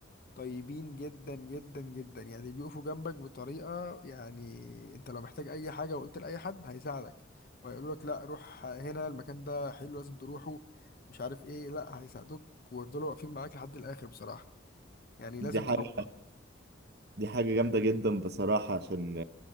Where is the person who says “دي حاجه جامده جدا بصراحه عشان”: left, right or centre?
Right